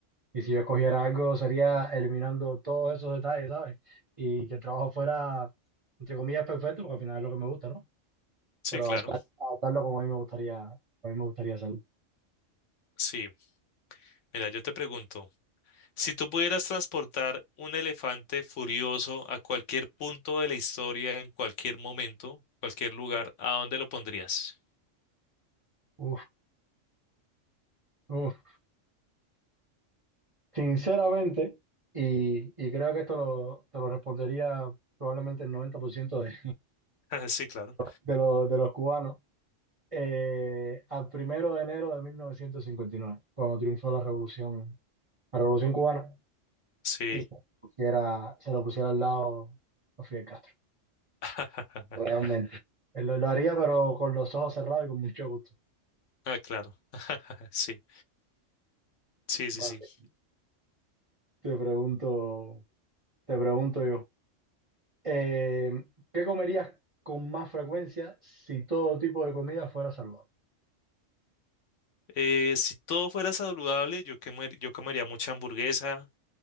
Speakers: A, on the right; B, on the left.
A: y si yo escogiera algo, sería eliminando todos esos detalles, ¿sabes? Y que el trabajo fuera, entre comillas, perfecto, porque al final es lo que me gusta, ¿no?
B: Sí,
A: Pero
B: claro.
A: adaptar- adaptarlo como a mí me gustaría, a mí me gustaría hacerlo.
B: Sí. Mira, yo te pregunto, si tú pudieras transportar un elefante furioso a cualquier punto de la historia, en cualquier momento, cualquier lugar, ¿a dónde lo pondrías?
A: Uf, uf. Sinceramente, y, y creo que esto lo, te lo respondería probablemente el 90% de,
B: <laughs> Sí, claro.
A: de los, de los cubanos. eh, al primero de enero de 1959, cuando triunfó la revolución, la revolución cubana
B: Sí.
A: y se, lo pusiera, se lo pusiera al lado a Fidel Castro.
B: <laughs>
A: Realmente. Eh, Lo, lo haría, pero con los ojos cerrados y con mucho gusto.
B: Ah, claro. <laughs> Sí, sí,
A: Vale.
B: sí, sí.
A: Te pregunto, te pregunto yo, eh, ¿qué comerías con más frecuencia si todo tipo de comida fuera saludable?
B: Eh, si todo fuera saludable, yo, quemar- yo comería mucha hamburguesa,